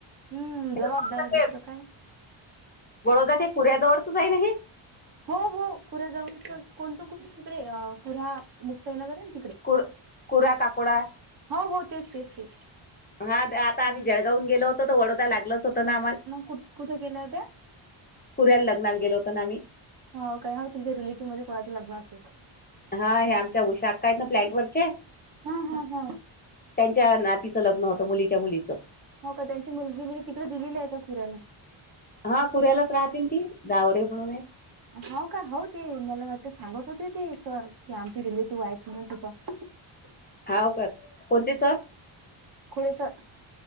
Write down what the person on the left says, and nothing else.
हे बडोदा ते
बडोदा ते कुऱ्याजवळच हाय ना हे?
कुर, कुऱ्या काकोडा
हा आता आम्ही
जळगाव हून गेलो होतो त वडोदा लागलच होतं ना आम्हाल.
कुऱ्या लग्नाला गेलो होत ना आम्ही
हा ह्या आमच्या उशा अक्का आहेत फ्लॅट वरचे
त्यांच्या नातीचं लग्न होतं, मुलीच्या मुलीच.
हा कुऱ्यालाच राहते न ती, जावरे म्हणून आहेत.
हाव का कोणती सर?